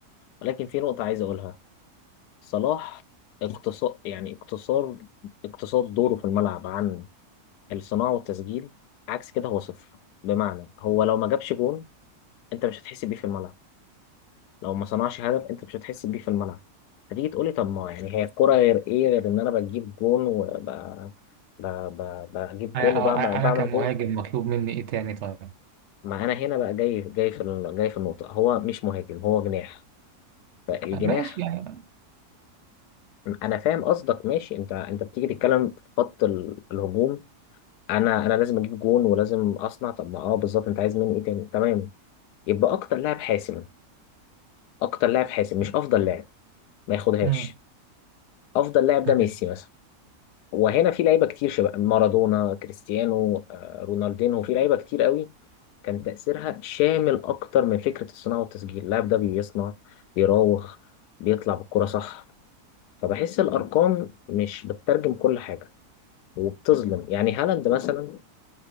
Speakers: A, on the left (about 85°); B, on the right (about 65°).
A: ولكن في نقطه عايز اقولها صلاح اقتصاد يعني اقتصاد اقتصاد دوره في الملعب عن الصناعة والتسجيل عكس كده هو صفر بمعنى هو لو ما جابش جون انت مش هتحس بيه في الملعب لو ما صنعش هدف انت مش هتحس بيه في الملعب فتيجي تقولي طب ما يعني هي الكرة غير ايه غير ان انا بجيب جون وب ب- ب- بجيب جون
B: أنا
A: وبعمل
B: أه،
A: بعمل
B: أنا كمهاجم
A: جون
B: مطلوب مني إيه تاني طيب؟
A: ما انا هنا بقى جاي جاي في ال- جاي في النقطة هو مش مهاجم هو جناح فالجناح
B: ماشي يعني
A: انا فاهم قصدك ماشي انت انت بتيجي تتكلم في خط ال- الهجوم انا انا لازم اجيب جون ولازم اصنع طب ما اه بالظبط انت عايز مني ايه تاني تمام يبقى اكتر لاعب حاسم اكتر لاعب حاسم مش افضل لاعب ما ياخدهاش
B: مم.
A: افضل لاعب ده
B: مم.
A: ميسي مثلا وهنا في لعيبه كتير شباب مارادونا كريستيانو آه، رونالدينو في لعيبه كتير قوي كان تاثيرها شامل اكتر من فكره الصناعه والتسجيل اللاعب ده بيصنع بيراوغ بيطلع بالكره صح فبحس الارقام مش بتترجم كل حاجه وبتظلم يعني هالاند مثلا